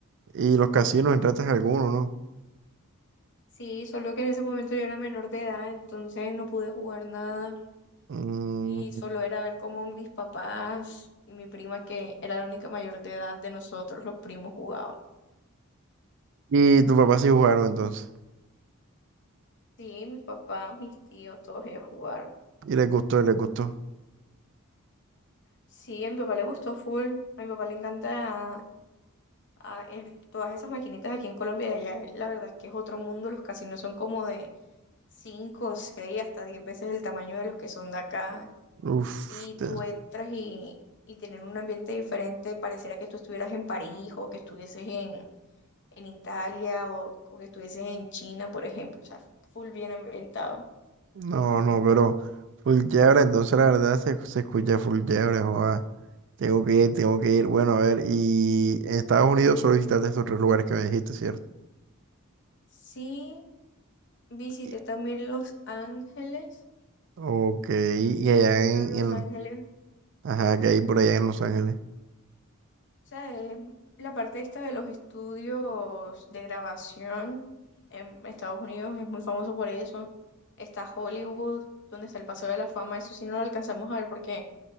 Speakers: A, on the right; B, on the left.
A: y los casinos, entraste a alguno, ¿no?
B: Sí, solo que en ese momento yo era menor de edad, entonces no pude jugar nada.
A: Mm,
B: Y solo era ver cómo mis papás y mi prima, que era la única mayor de edad de nosotros, los primos jugaban.
A: Y tu papá sí jugaron entonces.
B: Sí, mis papás, mis tíos, todos ellos jugaron.
A: Y les gustó, les gustó.
B: Sí, a mi papá le gustó full. A mi papá le encanta a- eh, todas esas maquinitas aquí en Colombia. y Allá, la verdad es que es otro mundo. Los casinos son como de 5 6 hasta 10 veces el tamaño de los que son de acá.
A: Uf,
B: y
A: te-
B: tú entras y, y tienen un ambiente diferente, pareciera que tú estuvieras en París o que estuvieses en, en Italia o, o que estuvieses en China, por ejemplo, o sea, full bien ambientado.
A: no, no, pero full chévere, entonces la verdad se, se escucha full chévere, joda. Tengo que ir, tengo que ir. Bueno, a ver, y en Estados Unidos solo visitaste estos tres lugares que me dijiste, ¿cierto?
B: Sí, visité
A: Y-
B: también Los Ángeles,
A: Ok, y allá
B: pero
A: en,
B: Los
A: en-
B: Ángeles,
A: ajá, que hay por allá en Los Ángeles.
B: o sea, es la parte esta de los estudios de grabación en Estados Unidos es muy famoso por eso. Está Hollywood, donde está el Paseo de la Fama, eso sí no lo alcanzamos a ver porque